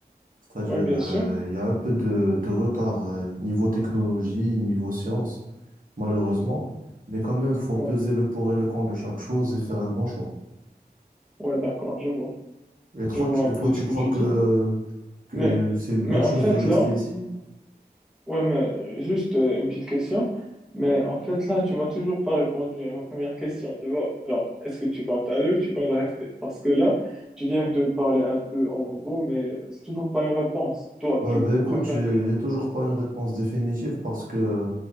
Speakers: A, on the right (about 55°); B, in the centre.
A: c'est-à-dire,
B: ouais, bien
A: euh,
B: sûr.
A: il y a un peu de, de retard, euh, niveau technologie, niveau science, malheureusement, mais quand même, il faut
B: Ouais,
A: peser le pour et le contre de chaque chose et faire un bon choix.
B: ouais, d'accord, je vois.
A: Et toi,
B: Je vois
A: tu,
B: un peu
A: toi, tu
B: ce que
A: crois
B: tu
A: que,
B: dis.
A: que
B: Mais,
A: c'est une
B: mais
A: bonne
B: en
A: chose
B: fait,
A: de rester
B: là,
A: ici?
B: Ouais, mais juste euh, une petite question. Mais en fait, là, tu m'as toujours pas répondu à ma première question. Tu vois, alors, est-ce que tu comptes aller ou tu comptes rester? Parce que là, tu viens de me parler un peu en gros, mais c'est toujours pas une réponse. Toi,
A: Ouais,
B: tu
A: bah écoute,
B: préfères
A: j'ai
B: que.
A: j'ai toujours pas une réponse définitive parce que